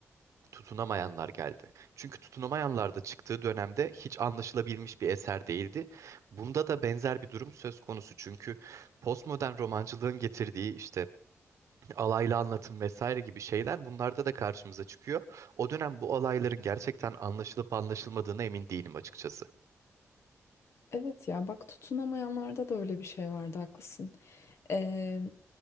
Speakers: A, on the right; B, on the left.
A: tutunamayanlar geldi. Çünkü tutunamayanlar da çıktığı dönemde hiç anlaşılabilmiş bir eser değildi. Bunda da benzer bir durum söz konusu. Çünkü postmodern romancılığın getirdiği işte alaylı anlatım vesaire gibi şeyler bunlarda da karşımıza çıkıyor. O dönem bu alayların gerçekten anlaşılıp anlaşılmadığına emin değilim açıkçası.
B: Evet ya bak tutunamayanlarda da öyle bir şey vardı haklısın. Ee,